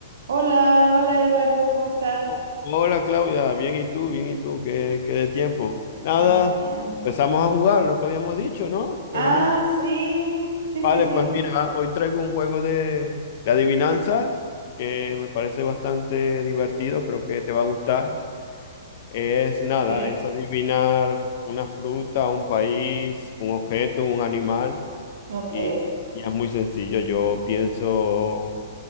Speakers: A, on the right; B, on the left.
A: Hola, hola Eduardo, ¿cómo estás?
B: Oh, Hola Claudia, bien y tú, bien y tú, ¿qué, qué de tiempo? Nada,
A: También.
B: empezamos a jugar lo que habíamos dicho, ¿no?
A: Ah,
B: Que veníamos.
A: sí, sí,
B: Vale,
A: sí, sí.
B: pues mira, hoy traigo un juego de, de adivinanzas que me parece bastante divertido, creo que te va a gustar. Es nada,
A: Ok,
B: es adivinar una fruta, un país, un objeto, un animal
A: ok,
B: y, y es muy sencillo. Yo pienso